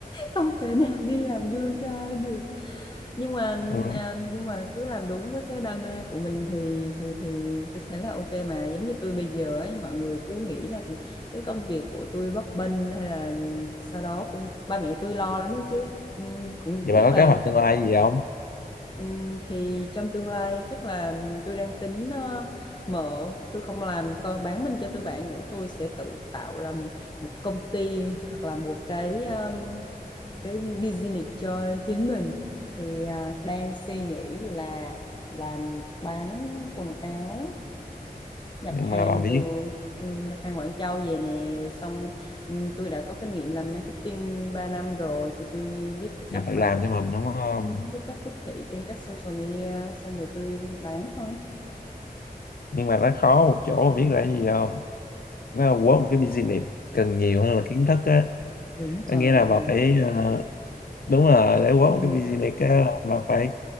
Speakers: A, on the left (about 30°); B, on the left (about 70°).
A: không thể nào đi làm gương cho ai được nhưng mà
B: Ừ.
A: à, nhưng mà cứ làm đúng với cái đam mê của mình thì thì thì tôi thấy là ok mà giống như tôi bây giờ ấy mọi người cứ nghĩ là cái công việc của tôi bấp bênh hay là sau đó cũng ba mẹ tôi lo lắm đấy chứ Ừm, cũng
B: Vậy bà
A: chắc
B: có
A: là
B: kế hoạch tương lai gì không?
A: ừm, thì trong tương lai chắc là tôi đang tính ờ, mở tôi không làm co bán mình cho tư bản nữa tôi sẽ tự tạo ra một công ty hoặc là một cái um, cái business cho chính mình thì à, đang suy nghĩ là làm bán quần áo nhập
B: Nhưng
A: hàng
B: mà bà biết
A: từ ừ, nhập hàng Quảng Châu về nè rồi xong ừ, tôi đã có kinh nghiệm làm marketing 3 năm rồi thì tôi biết cái
B: là
A: cách
B: tự
A: mà
B: làm cho mình đúng không?
A: ừ, biết cách tiếp thị trên các social media xong rồi tôi bán thôi
B: Nhưng mà nó khó một chỗ bà biết là cái gì không? Nó là quất một cái business cần nhiều hơn là kiến thức á.
A: Đúng trời.
B: Có nghĩa là bà phải ờ, đúng là để quất
A: ừ
B: một cái business á là bà phải